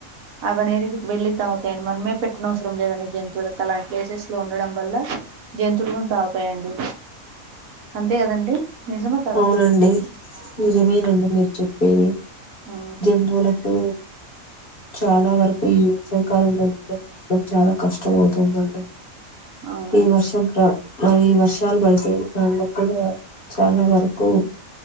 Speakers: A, on the right; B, on the left.
A: అవనేది వెళితాగుతాయండి మనమె పెట్ తరం లేదండి జంతువులకు అలాంటి ప్లేసెస్ లో ఉండడం వల్ల జంతువులు తాగు తాయండి అంతే కదండి నిజమే కదా
B: అవునండి నిజమేనండి
A: అవునండి
B: మీరు చెప్పేది
A: ఆ
B: జతువులకు చాలా వరకు ఈ వేసవి కాలం వరకు చాలా కష్టం అవుతుందండి
A: అవునండి
B: ఈ వర్షం ప్ర మరి ఈ వర్షాలు పడితె దానిలో కూడా చాలా వరకు